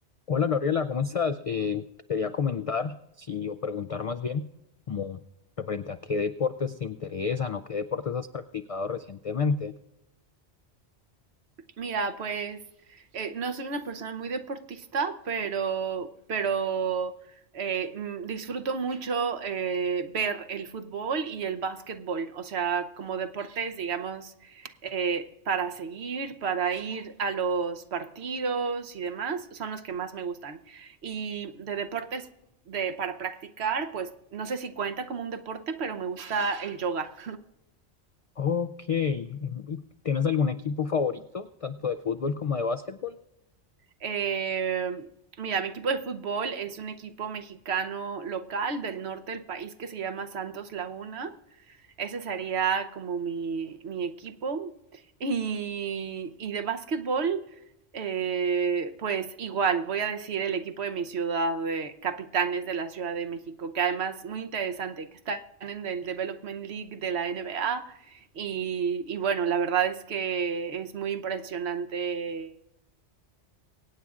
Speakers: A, on the left (about 60°); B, on the right (about 70°).
A: Hola Gabriela, ¿cómo estás? Eh, quería comentar, sí, o preguntar más bien, como referente a qué deportes te interesan o qué deportes has practicado recientemente.
B: Mira, pues eh, no soy una persona muy deportista, pero, pero eh, mm, disfruto mucho eh, ver el fútbol y el básquetbol, o sea, como deportes, digamos, eh, para seguir, para ir a los partidos y demás, son los que más me gustan. Y de deportes de, para practicar, pues no sé si cuenta como un deporte, pero me gusta el yoga.
A: Ok, ¿y ¿tienes algún equipo favorito, tanto de fútbol como de básquetbol?
B: Eh, mira, mi equipo de fútbol es un equipo mexicano local del norte del país que se llama Santos Laguna. Ese sería como mi, mi equipo. Y, y de básquetbol, eh, pues igual, voy a decir el equipo de mi ciudad, de Capitanes de la Ciudad de México, que además muy interesante, que están en el Development League de la NBA. Y, y bueno, la verdad es que es muy impresionante